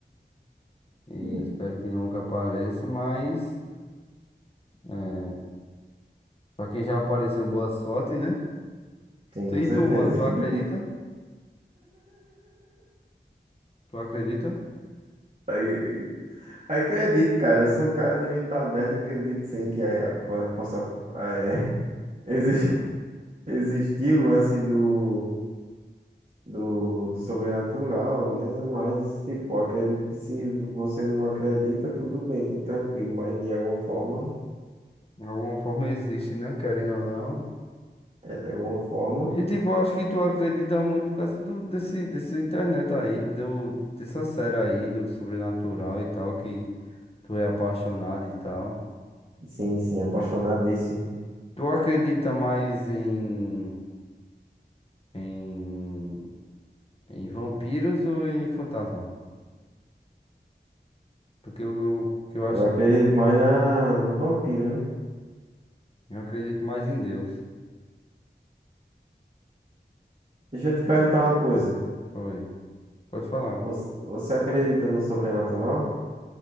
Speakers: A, on the left; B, on the right.
A: E
B: <laughs>
A: espero que nunca apareça, mas é, pra quem já apareceu, boa sorte, né?
B: Sim,
A: Tu-
B: com
A: E
B: certeza.
A: tu, mano, tu acredita?
B: <laughs>
A: Tu acredita?
B: Aí, aí acredito, cara. Eu sou um cara de mente aberta. Acredito sim que é, po- possa ah, é, <laughs> exi- existir o lance do, do, do sobrenatural, né? Mas, tipo, acredito que se você não acredita, tudo bem, tudo tranquilo. Mas de alguma forma,
A: De alguma forma existe, né? Querendo ou não.
B: é, de alguma forma,
A: E tipo, eu acho que tu acredita muito por causa do, desse, dessa internet aí, do, dessa série aí, do sobrenatural e tal, que tu é apaixonado e tal.
B: sim, sim, apaixonadíssimo.
A: Tu acredita mais em, em, em vampiros ou em fantasma? Porque eu, eu, que eu
B: Eu
A: acho
B: acredito
A: que
B: mais na, no vampiro, né?
A: eu acredito mais em Deus.
B: Deixa eu te perguntar uma coisa.
A: Oi, pode falar.
B: Você, você acredita no sobrenatural?